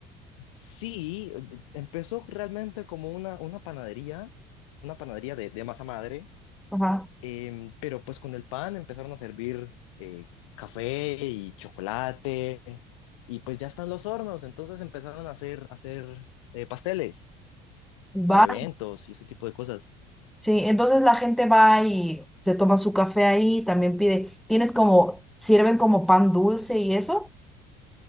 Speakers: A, on the left; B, in the centre.
A: Sí, empezó realmente como una, una panadería, una panadería de de masa madre
B: Ajá.
A: Em, pero pues con el pan empezaron a servir eh, café y chocolate y pues ya están los hornos, entonces empezaron a hacer, a hacer eh, pasteles
B: Va,
A: para eventos y ese tipo de cosas.
B: sí, entonces la gente va y se toma su café ahí, también pide, tienes como, sirven como pan dulce y eso.